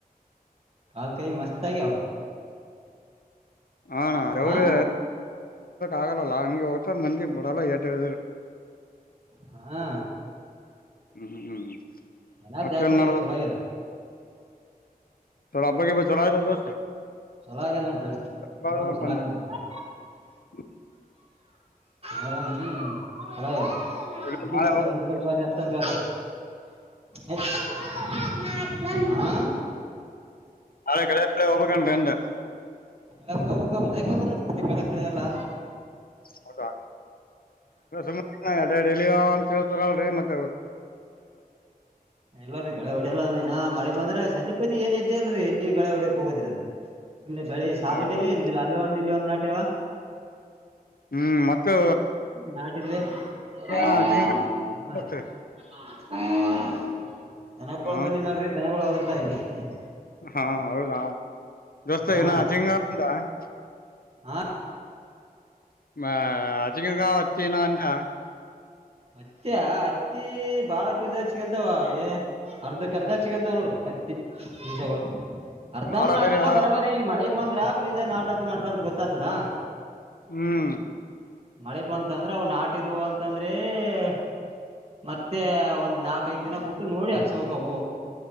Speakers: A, on the right; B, on the left.
A: ಕಾಲ ಕೈ ಮಸ್ತ್ ಆಗಾವ
B: ಹ ನಾ
A: ಹಾ
B: ಅವವರು ಆಗಲ್ಲಲ್ಲಾ ಅ ಒತರು ಮಂದಿ ಬಿಡಲ್ಲ ಟ ಎದರು
A: ಹಾ
B: ಹ್ಮ್ ಹ್ಮ್
A: ಜನ
B: ಮತ್ತೇನ್
A: ಜಾತ್ರೆ
B: ನಡ
A: ಆಗ ಚಲಾಗಿಲ್ಲ
B: ಚ ಅಬ ಬ ಚಲ ಅಬ
A: ಚಲೋ ಆಗ್ಯದ ನೋಡ್ ದೋಸ್ತ್
B: ಬ ಬ
A: ಮೊಹರಂ ಚಲೋ ಆಗ್ಯದ
B: <inaudible>
A: ನಮ್ ಕಡೆ.
B: ಹ
A: ಆರಾಮ <inaudible> ಹರಲ್ಲ <inaudible>
B: ಇದು
A: ಇಡ್ಲಿಗಂತ
B: ನಾಳೆ ಹೋಗ್-
A: ಮುದ್ಗಲ್ ಬಾರಿ ಅತ್ತ ಅಂತತ <inaudible> ನಾ
B: ನಾಳೆ ಗಳೇ ಹತ್ರ ಹೋಗಬೇಕು ನಿಂದ <inaudible>
A: ಅಲ್ಲಿಯಕ್ ಹೋಗ್ಬೇಕು ಮಳೆ ಬಂದ್ರಏನ <inaudible> ಬೆಳೆ ಬೆಳೆಲ್ಲಾ.
B: ಹೌದಾ <unintelligible> ರಿಲಿವ್ ಯಾವಾಗ ಅಂತ ಹೇಳ್ತಾರಲ್ರಿ ಮತ್
A: ಇಲ್ಲಾರಿ ಗಳೇ ಹೊಡೆಯಲ್ಲ ಅದ ಇನ್ನ ಮಳೆ ಬಂದ್ರ ಸದೀಪತಿ ಏನ್ ಇದ್ದೇ ಇಲ್ರರಿ ಇಲ್ಲಿ ಗಳೆ ಹೊಡ್ಯಾಕ್ ಹೋಗೋದ್ರಿ ಅದ. ಇನ್ನ ಬೆಳಿ ಸಾಲಹಿಡಿಯಲ್ಲ
B: ಹೌದು ಹೌದು
A: ಏನ್ ಹಿಡಿಯಲ್ಲ ಅಲ್ಲಿ ಒಂದ್ ಇಲ್ಲಿ ಒಂದ. ಯವ್ವ
B: ಹ್ಮ್ ಮತ್ತು
A: ನಾಟಿದವಿ ಹಾ
B: ಹಚ್ಕೊಂಡ್ ಬರ್ತೀರಿ
A: ರೀ <inaudible> ಹ್ಮ <inaudible> ದನಗೋಳ
B: ಹಾ
A: ಬಳ್ಳಿನರಿ ಧನಗೋಳ ವದರ್ತಾವ <unintelligible>
B: ಹಾ ಹೌದಾ ದೋಸ್ತ
A: ಹಾ
B: ಏನ್ <unintelligible>
A: ಹಾ
B: <unintelligible>
A: ಹತ್ಯ ಹತ್ತಿ ಬಾಳ ಬೀಜ ಹಚ್ಕಂತವ ಏ ಅರ್ಧ ಕರ್ಧ ಹಚ್ಕಂತವ ನೋಡು ಹತ್ತಿ ಬೀಜಗಳು. ಅರ್ಧಾನು
B: ಮಾಡ
A: ನಾಟಿಲ್ಲ
B: ಬೇರೆ ಆಗ್ಲ
A: ಬರಾ ಬರಿ ಈ ಮಳೆ. ಬಂದ್ರ ಬೀಜ ನಾಟದ ನಟಲಾರದು ಗೊತ್ತಾತದ
B: ಹ್ಮ್
A: ಮಳೆ ಬಂತ ಅಂದ್ರ ಅವು ನಾಟಿದು ಅಂತಂದ್ರೆ <unintelligible> ಮತ್ತೆ ಒಂದ್ ನಾಕೖದ್ ದಿನ ಬಿಟ್ಟು ನೋಡಿ ಹಚ್ಬೇಕ ಅವು.